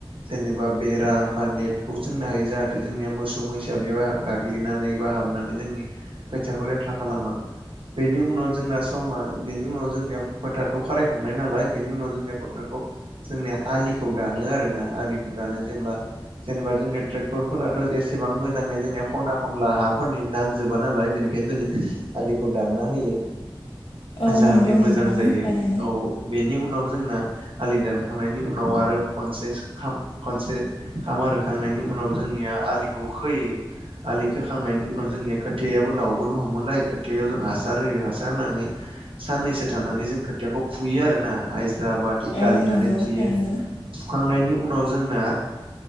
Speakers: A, on the right; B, on the left.
A: जेनेबा बेरा बा नेटखौ सोंनो हायो जाहाथे जोंनिया मोसौ मैसा बेयाव गाग्लिनानै बा हाबनानै जोंनि खोथियाखौ लेथ्रा खालामा बेनि उनाव जोंना समा बेनि उनाव जोंनिया फोथारखौ खारायखांनाय नालाय बेनि उनाव जोंनिया फोथारखौ जोंनिया आलिखौ दानो आरोना आलिखौ दानो जेब्ला जेनेबा जोंनि ट्रेक्टरफोराथ' एसेबां मोजाङै जोंनिया खना खनला हाफोरनि नांजोबा नालाय बेनिखाय बेखायनो जोङो आलिखौ दानना होयो
B: औ
A: जाहाथे
B: नंगौ
A: मोजां
B: नोंथां
A: जायो
B: थारैनो
A: औ बेनि उनाव जोंना आलि दानखांनायनि उनाव आरो खनसे खाम खनसे खामार होखांनायनि उनाव जोंनिया आलिखौ खोयो आलि खोखांनायनि उनाव जोंनिया खोथायाबो लावबोनो हमोलाय खोथायायाव जों हासार होयो हासार होनानै साननैसो थानानै जों खोथियाखौ फुयो आरो ना हायज्राबा थिका
B: औ
A: लिंनानै
B: नंगौ
A: फुयो
B: थारैनो
A: फुखांनायनि उनाव जोंना